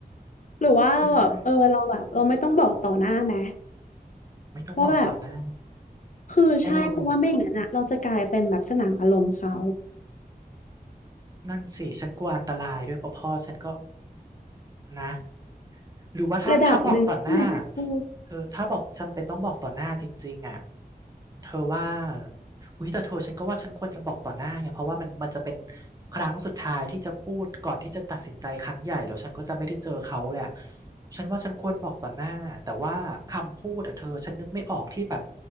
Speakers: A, on the left; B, on the right.
A: หรือว่าเราแบบเออเราแบบเราไม่ต้องบอกต่อหน้าไหม
B: เฮ้ยไม่ต้องบอกต่อหน้า
A: ว่าแบบคือใช่เพราะว่าไม่อย่างนั้นอะเราจะกลายเป็นแบบสนามอารมณ์เขา
B: โอ้นั่นสิฉันกลัวอันตรายด้วยเพราะพ่อฉันก็นะ หรือว่าถ้าถ้าบอกต่อหน้า
A: ระดับหนึ่งใช่ไหมเออ
B: เธอถ้าบอกจำเป็นต้องบอกต่อหน้าจริงๆอ่ะเธอว่าอุ้ยแต่เธอฉันก็ว่าฉันควรจะบอกต่อหน้าไงเพราะว่ามันมันจะเป็นครั้งสุดท้ายที่จะพูดก่อนที่จะตัดสินใจครั้งใหญ่แล้วฉันก็จะไม่ได้เจอเขาเลยอะฉันว่าฉันควรบอกต่อหน้าแต่ว่าคำพูดอ่ะเธอฉันนึกไม่ออกที่แบบ